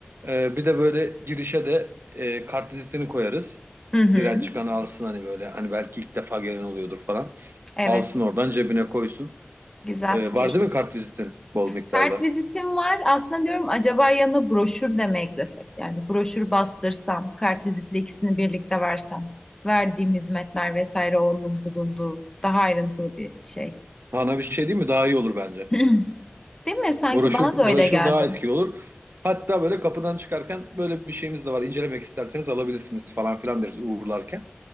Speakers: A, on the right (about 60°); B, on the left (about 15°).
A: E, bir de böyle girişe de e, kartvizitini koyarız.
B: Hı hı.
A: Giren çıkan alsın hani böyle hani belki ilk defa gelen oluyordur falan.
B: Evet.
A: Alsın oradan cebine koysun.
B: Güzel
A: E,
B: fikir.
A: var değil mi kartvizitin bol miktarda?
B: Kartvizitim var. Aslında diyorum acaba yanına broşür de mi eklesek? Yani broşür bastırsam, kartvizitle ikisini birlikte versem, verdiğim hizmetler vesaire onun bulunduğu daha ayrıntılı bir şey.
A: Ana bir şey değil mi? Daha iyi olur bence.
B: <clears throat> Değil mi? Sanki
A: Broşür,
B: bana da
A: broşür
B: öyle geldi.
A: daha etkili olur. Hatta böyle kapıdan çıkarken böyle bir şeyimiz de var. İncelemek isterseniz alabilirsiniz falan filan deriz uğurlarken.